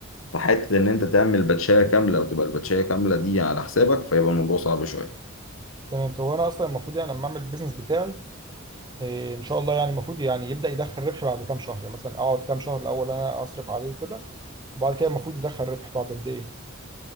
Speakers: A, on the left; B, on the right.
A: فحته ان انت تعمل باتشايه كامله وتبقى الباتشايه كامله دي على حسابك فيبقى الموضوع صعب شويه
B: تمام طب وانا اصلا المفروض يعني لما اعمل البيزنس بتاعي إيه ان شاء الله يعني المفروض يعني يبدا يدخل ربح بعد كام شهر يعني مثلا اقعد كام شهر الاول انا اصرف عليه وكده وبعد كده المفروض يدخل ربح بعد قد ايه